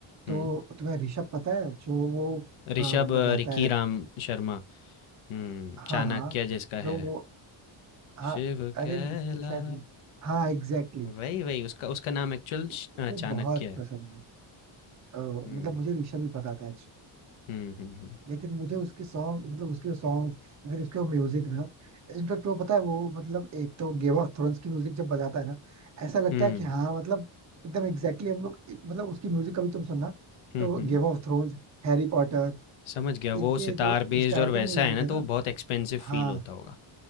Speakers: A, on the left; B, on the right.
A: हुँ।
B: तो तुम्हें ऋषभ पता है जो वो
A: ऋषभ,
B: अ,
A: अ,
B: बजाता
A: रिकी
B: है
A: राम शर्मा, हुँ,
B: हाँ
A: चाणक्य
B: हाँ
A: जिसका
B: जो
A: है।
B: वो हाँ
A: शिव
B: अरे
A: कहला
B: वो शायद हाँ एग्जैक्टली
A: वही, वही उसका उसका नाम एक्चुअल
B: exactly.
A: श अ, चाणक्य
B: मुझे बहुत
A: है।
B: पसंद है अ,
A: हुँ।
B: मतलब मुझे ऋषभ ही पता था
A: हुँ, हुँ, हुँ।
B: लेकिन मुझे उसके सॉन्ग मतलब उसके सॉन्ग फिर उसके म्यूजिक ना इनफेक्ट वो पता है वो मतलब एक तो गेम ऑफ थ्रोन्स की म्यूजिक जब बजाता है ना ऐसा लगता
A: हुँ।
B: है कि हाँ मतलब एकदम एग्जैक्टली exactly हम लोग मतलब उसकी म्यूजिक कभी तुम सुनना
A: हुँ,
B: तो
A: हुँ।
B: Game of Thrones Harry Potter
A: समझ गया, वो
B: इनके
A: सितार
B: जो
A: बेस्ड
B: स्टार्टिंग
A: और वैसा
B: म्यूजिक
A: है ना,
B: है
A: तो
B: ना
A: वो बहुत एक्सपेंसिव फ़ील
B: हाँ
A: होता होगा।